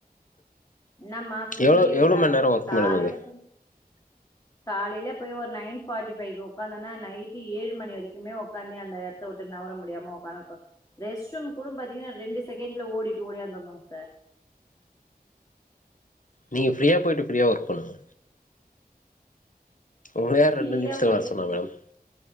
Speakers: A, on the left; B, on the left.
A: என்னம்மா ஃப்ரீயே
B: எவ்ளோ எவ்ளோ
A: இல்லாம
B: மண் நேரோ ஒர்க்
A: காலையில
B: மேடம் அது
A: போய் காலையில போய் ஒரு நைன் ஃபாட்டி ஃபைவ்க்கு ஒக்காந்தனா நைட்டு ஏழு மணி வரைக்குமே ஒக்காந்தி அந்த எட்த்த விட்டு நவுர முடியாம ஒக்காந்ருக்கோ ரெஸ்ட் ரூம் கூட பாத்திங்கன்னா ரெண்டு செகண்ட்ல ஓடிட்டு ஓடியாந்ரணுங் சார்
B: நீங்க ஃப்ரியா பொய்ட்டு ஃப்ரியா ஒர்க் பண்ணுங்க உங்கள யார்
A: ஃப்ரியா
B: ரெண்டு நிமிஷத்துல
A: பொய்ட்டு
B: வர சொன்னா
A: ஃப்ரி
B: மேடம்